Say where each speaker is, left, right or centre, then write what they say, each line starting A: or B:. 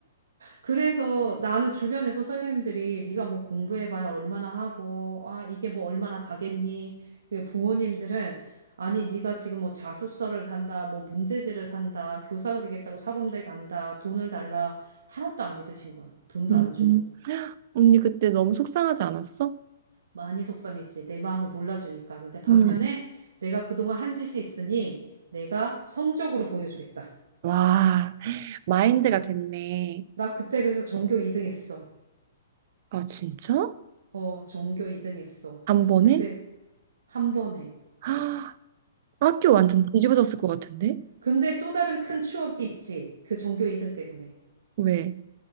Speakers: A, on the right (about 80°); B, on the right (about 40°).
A: 그래서 나는 주변에서 선생님들이 네가 뭐 공부해봐야 얼마나 하고, 아, 이게 뭐 얼마나 가겠니? 그리고 부모님들은 아니, 네가 지금 뭐 자습서를 산다, 뭐 문제지를 산다, 교사가 되겠다고 사범대 간다, 돈을 달라. 하나도 안 믿으신 거야. 돈도
B: 음,
A: 안 주고.
B: 음. 언니 그때 너무 속상하지 않았어?
A: 많이 속상했지. 내 마음을 몰라주니까. 근데 반면에
B: 음.
A: 내가 그동안 한 짓이 있으니 내가 성적으로 보여주겠다.
B: 와, 마인드가 됐네.
A: 나 그때 그래서 전교 2등 했어.
B: 아, 진짜?
A: 어, 전교 2등 했어.
B: 한 번에?
A: 그때 한 번에.
B: 아, 학교 완전 뒤집어졌을 것 같은데?
A: 근데 또 다른 큰 추억이 있지. 그 전교 2등 때문에.
B: 왜?